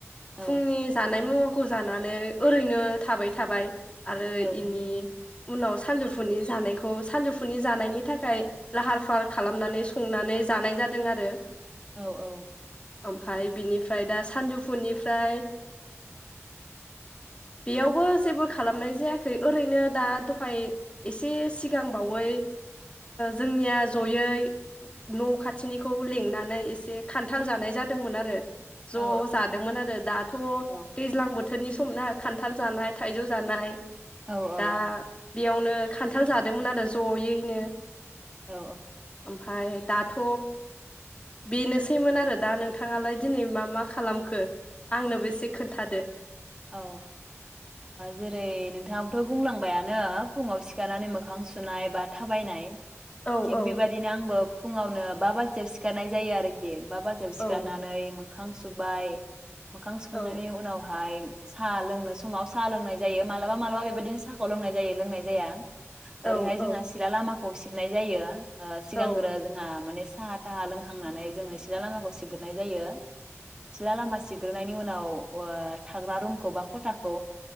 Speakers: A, on the right; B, on the left.
A: औ
B: फुंनि जानाय मु खौ जानानै ओरैनो थाबाय थाबाय। आरो
A: औ
B: इनि उनाव सानजौफुनि जानायखौ सानजौफुनि जानायनि थाखाय लाहार फाहार खालामनानै संनानै जानाय जादों आरो।
A: औ औ
B: ओमफाय बिनिफ्राय दा सानजौफुनिफ्राय बेयावबो जेबो खालामनाय जायाखै ओरैनो दा दहाय एसे सिगांबावै जोंनिया जयै न' खाथिनिखौ लिंनानै एसे खान्थाल जानाय जादोंमोन आरो। ज'
A: औ
B: जादोंमोन आरो दाथ'
A: औ
B: दैज्लां बोथोर बो थोरनि समना खान्थाल जानाय थाइजौ जानाय।
A: औ औ
B: दा बेयावनो खान्थाल जादोंमोन आरो जयैनो।
A: औ
B: ओमफ्राय दाथ' बेनोसैमोन आरो दा नोंथाङालाय दिनै मा मा खालामखो आंनोबो एसे खोन्थादो।
A: औ जेरै नोंथाङाबोथ' बुंलांबायानो फुङाव सिखारनानै मोखां सुनाय बा थाबायनाय।
B: औ
A: थिग
B: औ
A: बिबादि नो आंबो फुङावनो बा बाजियाव सिखारनाय जायो आरोखि बा बाजियाव
B: औ
A: सिखारनानै खां सुबाय मोखां सुखांनायनि
B: औ
A: उनावहाय सा लोंनो समाव सा लोंनाय जायो मालाबा मालाबा बेबायदिनो साहाखौ लोंनाय जायो लोंनाय जाया ।
B: औ
A: ओरैहाय
B: औ
A: जोंहा सिला लामा खौ सिबनाय जायो । ओ सिगांग्रो
B: औ
A: जोंहा माने साहा थाहा लोंहांनानै जोङो सिला लामाखौ सिबग्रोनाय जायो । सिला लामा सिब ग्रोनायनि उनाव ओ थाग्रा रुम खौबा खथाखौ